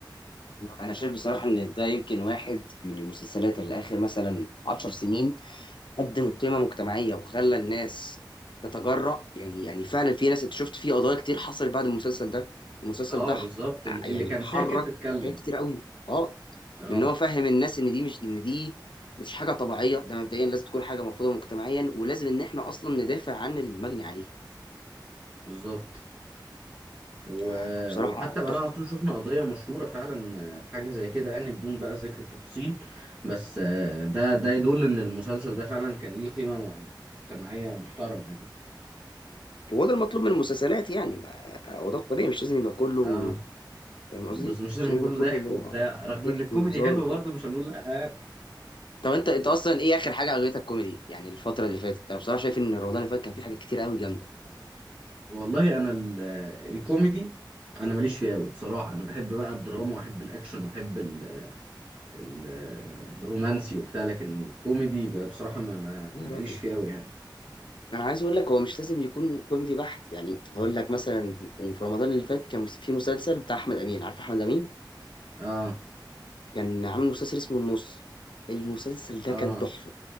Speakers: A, on the left (about 75°); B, on the right (about 15°).
A: انا شايف بصراحه ان ده يمكن واحد من المسلسلات اللي اخر مثلا 10 سنين قدم قيمه مجتمعيه وخلى الناس تتجرأ يعني يعني فعلا في ناس انت شفت في قضايا كتير حصلت بعد المسلسل ده المسلسل
B: اه
A: ده
B: بالظبط
A: ح-
B: ال-
A: يعني
B: اللي كان
A: حرك
B: ساكت اتكلم
A: حاجات كتير قوي اه
B: اه
A: لان هو فهم الناس ان دي مش ان دي مش حاجه طبيعيه ده مبدئيا لازم تكون حاجه مرفوضه مجتمعيا ولازم ان احنا اصلا ندافع عن المجني عليه
B: بالظبط و...
A: ف- فبصراحه
B: وحتى بعدها
A: تحفه
B: على طول شفنا قضية مشهورة فعلا آه، حاجة زي كده يعني بدون بقى ذكر التفاصيل بس آه، ده ده يدل إن المسلسل ده فعلا كان ليه قيمة مجتمعية محترمة يعني
A: وهو ده المطلوب من المسلسلات يعني ما- هو ده الطبيعي مش لازم يبقى كله
B: اه
A: فاهم قصدي
B: بس مش
A: مش
B: لازم
A: لازم
B: كله
A: كله
B: ضحك
A: اللي هو
B: وبتاع رغم
A: ضحك
B: ان الكوميدي
A: وهزار
B: حلو
A: وكده
B: برضه مش هنقول لا يعني.
A: طب انت انت اصلا ايه اخر حاجه عجبتك كوميدي يعني الفتره اللي فاتت انا بصراحه شايف ان رمضان اللي فات كان فيه حاجات كتير قوي جامده
B: والله انا ال- الكوميدي انا ماليش فيه قوي بصراحه انا بحب بقى الدراما
A: مم.
B: واحب الاكشن واحب ال- ال- الرومانسي وبتاع لكن الكوميدي بقى بصراحه ما ما-
A: يا
B: ماليش
A: راجل
B: فيه قوي يعني
A: انا عايز اقول لك هو مش لازم يكون كوميدي بحت يعني هقول لك مثلا كان في رمضان اللي فات كان في مسلسل بتاع احمد امين عارف احمد امين
B: اه
A: كان عامل مسلسل اسمه النص المسلسل ده
B: اه
A: كان تحفه